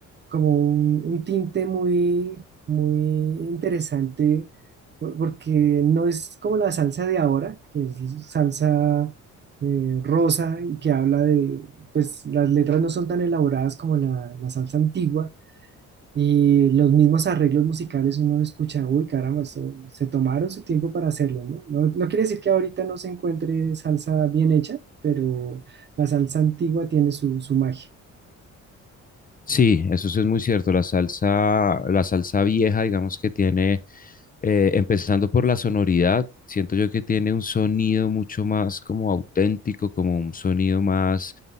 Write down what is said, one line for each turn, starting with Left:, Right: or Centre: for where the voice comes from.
Right: como un, un tinte muy, muy interesante, por- porque no es como la salsa de ahora, que es salsa eh, rosa y que habla de, pues las letras no son tan elaboradas como la, la salsa antigua. Y los mismos arreglos musicales uno escucha, uy, caramba, esto- se tomaron su tiempo para hacerlo, ¿no? No, no quiere decir que ahorita no se encuentre salsa bien hecha, pero la salsa antigua tiene su, su magia.
Left: Sí, eso sí es muy cierto. La salsa, la salsa vieja, digamos que tiene, eh, empezando por la sonoridad, siento yo que tiene un sonido mucho más como auténtico, como un sonido más,